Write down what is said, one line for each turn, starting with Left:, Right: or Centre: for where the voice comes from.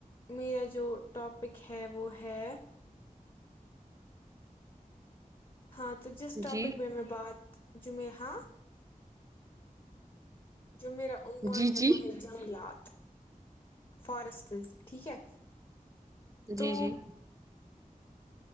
Left: میرا جو ٹاپک ہے وہ ہے ہاں تو جس ٹاپک
Right: جی
Left: میں میں بات جو میں ہاں جو میرا عنوان
Right: جی
Left: ہے
Right: جی
Left: وہ ہے جنگلات فارسٹز ٹھیک ہے تو
Right: جی جی